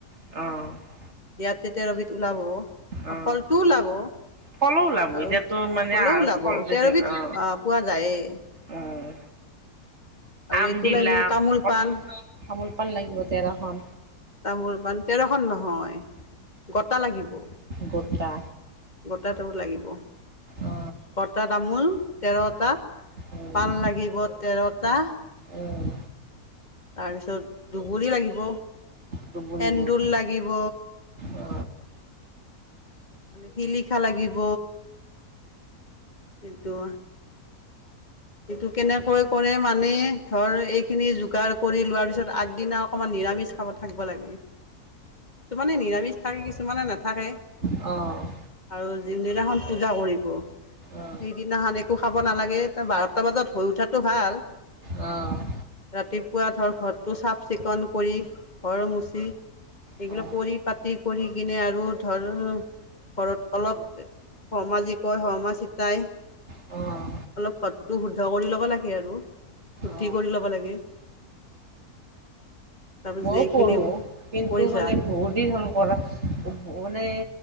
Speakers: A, on the right; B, on the left.
A: অ'।
B: ইয়াতে তেৰবিধ ওলাব,
A: অ
B: ফলটোও ওলাব।
A: ফলো ওলাব
B: আৰু
A: এতিয়াতো মানে
B: ফলও
A: আহাৰত
B: ওলাব,
A: ফল দিছিল
B: তেৰবিধ আহ
A: অ
B: পোৱা যায়েই।
A: উম।
B: আৰু
A: আম
B: এইটো
A: দিলা,
B: লাগিব তামোল
A: কঠ,
B: পাণ
A: তামোল-পাণ লাগিব তেৰখন।
B: তামোল-পাণ তেৰখন নহয়, গটা লাগিব।
A: গোটা।
B: গোটাটোও লাগিব।
A: অ
B: গটা তামোল তেৰটা,
A: উম
B: পাণ লাগিব তেৰটা।
A: উম
B: তাৰপিছত দুবৰি লাগিব,
A: দুবৰিবোৰ
B: সেন্দুৰ লাগিব।
A: অ
B: শিলিখা লাগিব। কিন্তু- এইটো কেনেকৈ কৰে মানে, ধৰ, এইখিনি যোগাৰ কৰি লোৱাৰ পিছত আগদিনা অকণমান নিৰামিষ খাব থাকব লাগে। কিছুমানে নিৰামিষ থাকে কিছুমানে নাথাকে
A: অ'।
B: আৰু যিদিনাখন পূজা কৰিব,
A: অ
B: সেইদিনাখন একো খাব নালাগে। বাৰটা বজাত হৈ উঠাটো ভাল
A: অ'।
B: ৰাতিপুৱা ধৰ, ঘৰটো চাফ চিকুণ কৰি ঘৰ মুচি এইবিলাক
A: অ',
B: পৰিপাতি কৰি কিনে আৰু ধৰ, ঘৰত অলপ শৰ্মা যি কয় শৰ্মা চিতাই
A: অ',
B: অলপ ঘৰটো শুদ্ধ কৰি ল'ব লাগে আৰু, শুদ্ধি
A: অ',
B: কৰি ল'ব লাগে। <inaudible>
A: মইও
B: এইখিনি
A: কৰো কিন্তু
B: কৰিছা
A: মানে বহুত দিন হল কৰা মানে